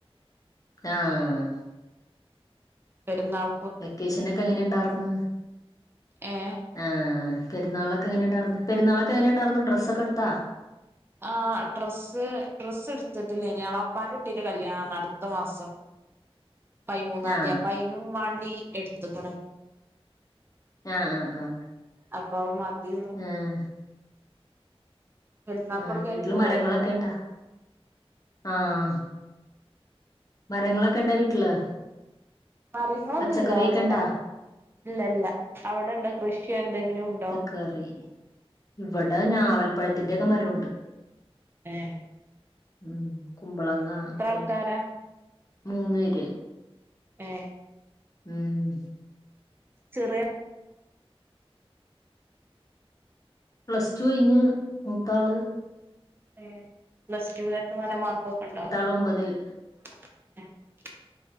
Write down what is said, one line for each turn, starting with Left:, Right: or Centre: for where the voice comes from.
Left: ആഹ്
Right: പെരുന്നാൾ
Left: വെക്കേഷൻ ഒക്കെ എങ്ങനെ ഇണ്ടാർന്ന്
Right: ഏ
Left: ആഹ് പെുന്നാളൊക്കെ എങ്ങനെ ഇണ്ടാർന്നു പെരുന്നാളൊക്കെ എങ്ങനെണ്ടാർന്നു ഡ്രസ്സൊക്കെ എടുത്താ?
Right: ആഹ് ഡ്രസ്സ് ഡ്രസ്സ് എടുത്തിട്ടില്ലേനി എളാപ്പാന്റെ കുട്ടീന്റെ കല്യാണാണ് അടുത്ത മാസം പൈമൂന്നാന്തി
Left: ആ
Right: അപ്പയിനും വാണ്ടി എടുത്ത്ക്കണ്
Left: ആഹ് ആഹ് ആഹ്
Right: അപ്പ അത് മതി
Left: ആഹ്
Right: പെരുന്നാക്കൊട്ക്കേലും
Left: ആഹ് വീട്ടില്
Right: പോയോ
Left: മരങ്ങളൊക്കെണ്ടാ ആഹ് ആഹ് മരങ്ങളൊക്കെ ഇണ്ടാ വീട്ടില്?
Right: മരങ്ങളൊന്നുല്ലാ
Left: പച്ചക്കറിയൊക്കെ
Right: അവടെ
Left: ഇണ്ടാ
Right: ഇല്ല ഇല്ല അവിടെ ഇണ്ടാ കൃഷി എന്തെങ്കിലും ഉണ്ടോ?
Left: കറി ഇവിടെ ഞാവൽപ്പഴത്തിന്റെക്കെ മരോണ്ട്
Right: ഏഹ്
Left: ഉം കുമ്പളങ്ങ ഒക്കെണ്ട്
Right: ആൾക്കാരാ
Left: മൂന്ന് പേര്
Right: ഏഹ്
Left: ഉം
Right: ചെറിയ
Left: പ്ലസ് ടു കഴിഞ്ഞ് മൂത്താള്
Right: ഏഹ് പ്ലസ്ടൂലൊക്കെ നല്ല മാർക്ക് ഒക്കെ ഇണ്ടോ?
Left: ഓളൊമ്പതില്
Right: ഉഹ <unintelligible>